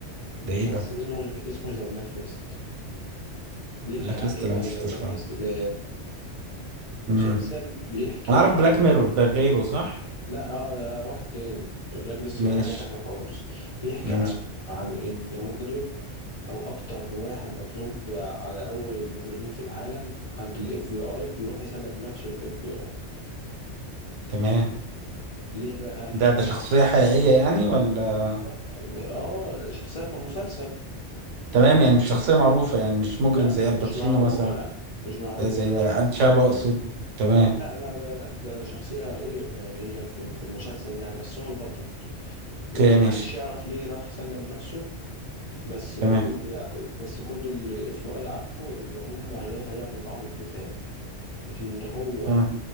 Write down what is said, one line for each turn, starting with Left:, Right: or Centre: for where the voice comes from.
Right: ده
Left: مسلسل
Right: ايه ده؟
Left: اسمه اسمه ذا بلاك ليست بيحكي
Right: بلاك
Left: عن
Right: ليست
Left: إيه
Right: اللي
Left: بقى
Right: انا مشفتوش
Left: ذا بلاك
Right: خالص
Left: ليست ده مسلسل
Right: مم.
Left: بيحكي
Right: انا عارف
Left: عن
Right: بلاك
Left: إيه؟
Right: ميرور ده غيره صح؟
Left: لا اه ده واحد تاني ذا بلاك ليست
Right: ماشي
Left: ده حاجة تانية خالص بيحكي
Right: ماشي
Left: عن عن إن مجرم أو أكتر واحد مطلوب على أول المجرمين في العالم عند ال FBI بيروح يسلم نفسه لل FBI
Right: تمام
Left: ليه بقى؟
Right: ده ده شخصية حقيقية يعني ولا
Left: اه آه، لا شخصية في المسلسل
Right: تمام يعني مش شخصية معروفة يعني مش مجرم
Left: لا م-
Right: زي الباتشينو
Left: مش معروفة
Right: مثلا
Left: لا مش معروفة
Right: آه، زي الشابو اقصد تمام
Left: لا لا لا لا لا ده شخصية ايه آه، هي في في المسلسل يعني بس هو البطل
Right: اوكي
Left: ومحدش
Right: ماشي
Left: يعرف ليه راح سلم نفسه بس كل
Right: تمام
Left: اللي يع- بس كل الاف بي اي عارفه ان هم هي- هيعمل معاهم اتفاق ان هو
Right: تمام